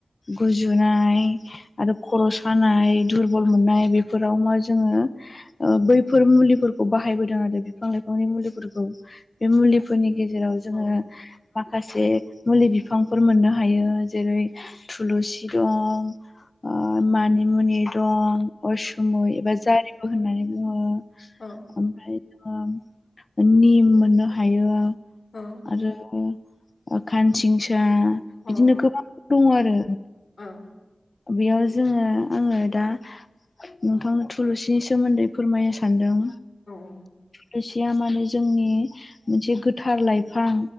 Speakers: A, on the left (about 50°); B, on the left (about 70°).
A: गुजुनाय आरो खर' सानाय दुरबल मोननाय बेफोराव मा जोङो बैफोर मुलिफोरखौ बाहायबोदों आरो बिफां लाइफांनि मुलिफोरखौ बे मुलिफोरनि गेजेराव जोङो
B: औ
A: माखासे मुलि बिफांफोर मोननो हायो जेरै थुलुसि दं मानि मुनि दं अरसुमै एबा जारिमु होननानै बुङो
B: औ
A: ओमफ्राय ओ आनि मोननो हायो
B: अ
A: आरो खानसिंसा
B: औ
A: बिदिनो गोबां दङ आरो
B: औ
A: बेयाव जोङो आङो दा नोंथांनो थुलुंसिनि सोमोन्दै फोरमायनो सानदों
B: औ औ
A: दसेया माने जोंनि मोनसे गोथार लाइफां